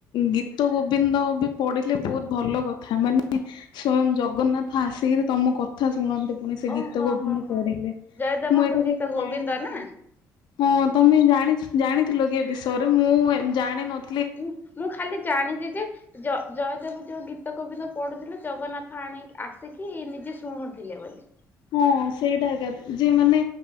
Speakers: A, on the left; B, on the left.
A: ଗୀତ ଗୋବିନ୍ଦ ବି ପଢିଲେ ବହୁତ ଭଲ କଥା। ମାନେ ସ୍ଵୟଂ ଜଗନ୍ନାଥ ଆସିକିରି ତମ କଥା ଶୁଣନ୍ତି ପୁଣି ସେ
B: ଓହୋ
A: ଗୀତ ଗୋବିନ୍ଦ
B: ହଁ ହଁ
A: ପଢିଲେ।
B: ଜୟଦେବଙ୍କ
A: ମୁଁ ଏଟା
B: ଗୀତ
A: କେବେ
B: ଗୋବିନ୍ଦ
A: ଜାଣିିନ
B: ନା?
A: ହଁ, ତମେ ଜାଣି ଜାଣିଥିଲ କି ଏ ବିଷୟରେ? ମୁଁ ଜାଣି ନଥି
B: ହୁଁ, ମୁଁ ଖାଲି ଜାଣିଛି ଯେ ଜ ଜୟ ଜୟଦେବ ଯୋଉ ଗୀତ ଗୋବିନ୍ଦ ପଢୁଥିଲେ ଜଗନ୍ନାଥ ଆଣି ଆସିକି ନିଜେ ଶୁଣୁଥିଲେ ବୋଲି।
A: ହଁ, ସେଇଟା ଏକା। ଯେ ମାନେ